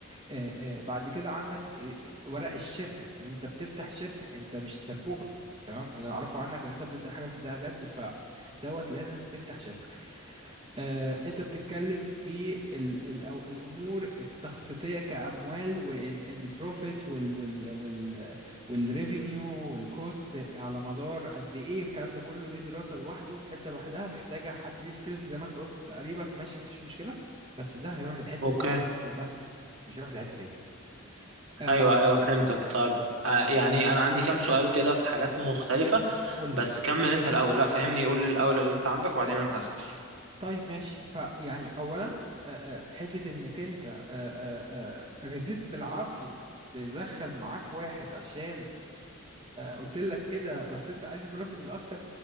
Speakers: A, on the right (about 25°); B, on the right (about 70°).
A: آه، آه، بعد كده عندك آه، آه، ورق الشركه ان انت بتفتح شركه انت مش سبوبه تمام اللي انا اعرفه عنك ان انت بتبدا حاجه بتبداها جد فدوت لازم تفتح شركه آه، انت بتتكلم في ال ال أو الامور التخطيطيه كاموال والبروفيت وال وال وال والريفينيو والكوست على مدار قد ايه الكلام ده كله ليه دراسه لوحده في حته لوحدها محتاجه حد ليه سكيلز زي ما انت قلت تقريبا ماشي مفيش مشكله بس ده هيروح للحته
B: اوكي
A: دي وبس مش هيروح لحته تاني آه،
B: ايوه ايوه فهمتك طب آه، يعني انا عندي كام سؤال كده في حاجات مختلفه
A: قول
B: بس كمل انت الاول لا فهمني قول لي الاول اللي انت عندك وبعدين انا هسأل
A: طيب ماشي فيعني اولا آه، آه، حته انك انت آه، آه، آه، رديت بالعافيه تدخل معاك واحد عشان قلت لك كده بس انت عايز بروفيت الاكتر